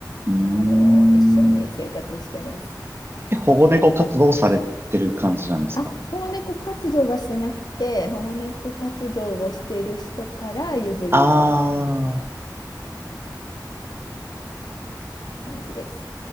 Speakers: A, on the right; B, on the left.
A: うーん。
B: あの一緒に生活してます。
A: え、保護猫活動をされてる感じなんですか
B: あ、保護猫活動はしてなくて、保護猫活動をしている人から譲り受ける
A: あー、
B: 感じです。